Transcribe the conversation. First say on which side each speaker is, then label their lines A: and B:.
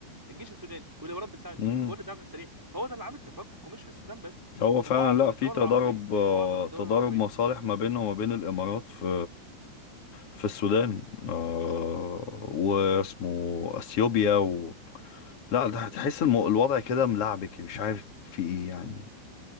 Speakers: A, in the centre; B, on the left.
A: الجيش السوداني ولو رب بتساعد
B: مم.
A: مين هو ده الدعم السريع فهو ده اللي عامل تفكك ومش في السودان بس
B: هو فعلا
A: في معظم
B: لا
A: الدول
B: في تضارب
A: العربيه
B: آه
A: في معظم الدول
B: تضارب
A: العربيه
B: مصالح ما بينها وما بين الامارات في في السودان آه واسمه اثيوبيا و... لا ده تحس المو... الوضع كده ملعبك مش عارف في ايه يعني